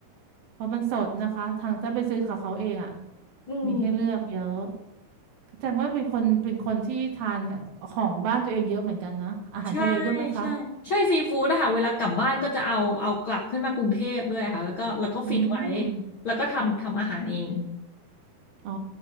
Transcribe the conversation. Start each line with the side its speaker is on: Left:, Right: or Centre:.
Right: เพราะมันสดนะคะทางถ้าไปซื้อของเขาเองอ่ะ
Left: อืม
Right: มีให้เลือกเยอะแสดงว่าเป็นคนเป็นคนที่ทานของบ้านตัวเองเยอะเหมือนกันนะอาหารทะเลด้วยไหมคะ
Left: ใช่ใช่ใช่ซีฟู้ดนะคะเวลากลับบ้านก็จะเอาเอากลับขึ้นมากรุงเทพด้วยค่ะแล้วก็แล้วก็ฟิตไว้
Right: อืม
Left: แล้วก็ทำทำอาหารเอง
Right: อ๋อ